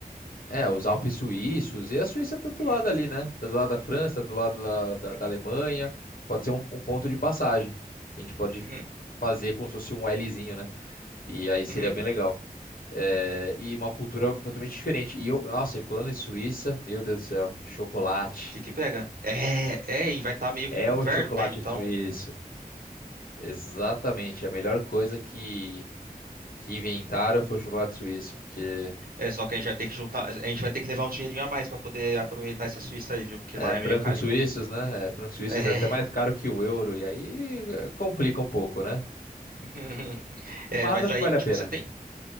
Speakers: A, on the left; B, on the right.
A: É, os Alpes suíços, e a Suíça tá do
B: Uhum,
A: lado ali, né? Tá do lado da França, tá do lado lá da,
B: uhum,
A: da Alemanha. Pode ser um, um ponto de passagem, que a gente pode
B: uhum,
A: fazer como se fosse um Lzinho, né? E aí seria
B: uhum.
A: bem legal. É, e uma cultura totalmente diferente. E eu, nossa, e falando em Suíça, meu Deus do céu, chocolate.
B: De que pega? É, é, e vai estar meio
A: É
B: que no inverno,
A: o chocolate
B: né? Então,
A: suíço. Exatamente. A melhor coisa que, que inventaram foi o chocolate suíço, porque
B: é só que a gente vai ter que juntar, a gente vai ter que levar um dinheirinho a mais para poder aproveitar essa Suíça aí, viu? Porque
A: é,
B: lá
A: francos
B: é meio carinho.
A: suíços, né? É, francos suíços
B: É.
A: é até mais caro que o euro, e aí é, complica um pouco, né?
B: <laughs> É,
A: Mas
B: mas
A: acho
B: aí,
A: que vale
B: tipo,
A: a pena.
B: você tem,